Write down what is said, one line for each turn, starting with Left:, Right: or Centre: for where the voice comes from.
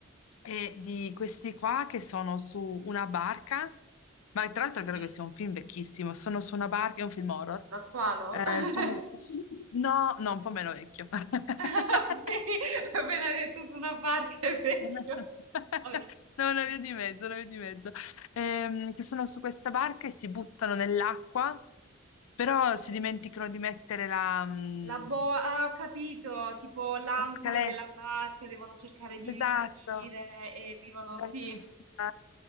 Left: è di questi qua che sono su una barca, ma tra l'altro credo
Right: Mm.
Left: che sia un film vecchissimo, sono su una barca, è un film horror,
Right: Lo squalo?
Left: eh,
Right: <laughs>
Left: sono... s- No, no, un po' meno vecchio. <laughs>
Right: Ok, appena detto su una barca è vecchio.
Left: Non è <laughs>
Right: Vabbè.
Left: no, una via di mezzo, una via di mezzo. Ehm, che sono su questa barca e si buttano nell'acqua, però si dimenticano di mettere la, mm,
Right: La boa, ah, ho capito, tipo l'ancora
Left: la scaletta.
Right: della barca, devono cercare di
Left: Esatto,
Right: risalire e vivono,
Left: bravissima.
Right: sì,